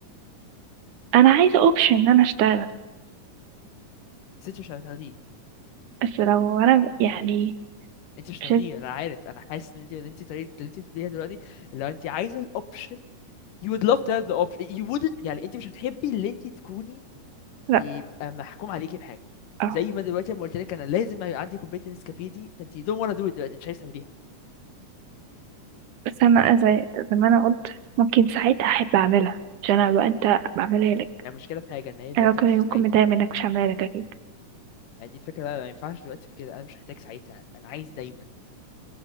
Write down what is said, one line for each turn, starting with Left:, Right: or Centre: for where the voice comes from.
Right: أنا عايزة أوبشن إن أنا أشتغل
Left: بس انت مش هتاخديه
Right: بس لو انا يعني
Left: انت مش هتاخديه
Right: مش
Left: انا عارف انا حاسس ان انت ان انت طريقة اللي انت بتقوليها دلوقتي لو انت عايزة الاوبشن you would love to have the option you wouldn't يعني انت مش بتحبي اللي انت تكوني
Right: لا
Left: يبقى محكوم عليكي بحاجه
Right: اه
Left: زي ما دلوقتي لما قلت لك انا لازم يبقى عندي كوبايه نسكافيه دي فانت you don't wanna do it دلوقتي مش عايز تعمليها
Right: بس انا زي زي ما انا قلت ممكن ساعتها احب اعملها مش انا بقى انت بعملها لك
Left: يعني المشكله في حاجه ان هي دلوقتي
Right: انا ممكن
Left: مش
Right: يكون
Left: في ساعتها
Right: متضايق منك مش هعملها لك اكيد
Left: يعني دي الفكره بقى ما ينفعش دلوقتي في كده انا مش محتاج ساعتها انا عايز دايما